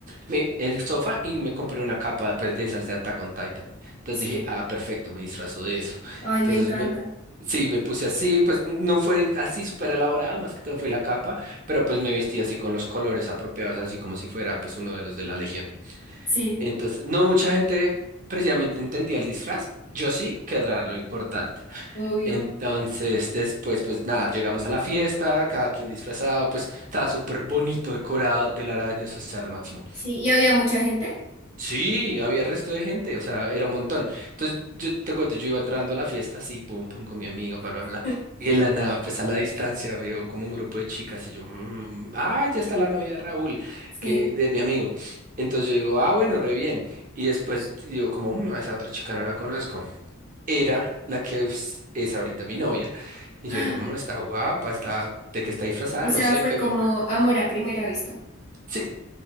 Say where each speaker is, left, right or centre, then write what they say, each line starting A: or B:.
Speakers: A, on the right (about 40°); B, on the left (about 30°).
A: Me- el Sofa y me compré una capa pues de esas de Attack on Titan. Entonces
B: Sí.
A: dije, ah, perfecto, me disfrazo de eso.
B: Ay,
A: Entonces
B: me encanta.
A: me, sí, me puse así, pues no fue así súper elaborada, más que todo fue la capa, pero pues me vestí así con los colores apropiados, así como si fuera pues uno de los de la Legión.
B: Sí,
A: Entonces, no mucha gente precisamente entendía el disfraz. Yo sí, que era lo importante.
B: obvio.
A: Entonces, después, pues nada, llegamos a la fiesta, cada quien disfrazado, pues estaba súper bonito, decorado, telarañas, o sea, lo máximo.
B: Sí. ¿Y había mucha gente?
A: Sí, había resto de gente, o sea, era un montón. Entonces, yo te cuento, yo iba entrando a la fiesta así, pum, pum, con mi amigo, bla, bla, bla.
B: <laughs>
A: Y en la nada, pues a la distancia veo como un grupo de chicas y yo, "Mm, ah, ya está la novia de Raúl,
B: Sí.
A: que es mi amigo. Entonces yo digo, ah, bueno, re bien. Y después digo, como, "Mm, a esa otra chica no la conozco. Era la que es, es ahorita mi novia. Y
B: <gasps> Ah,
A: yo dije, "Mm, está guapa, está, de que está disfrazada,
B: O sea,
A: no sé,
B: fue
A: pero...
B: como amor a primera vista.
A: sí.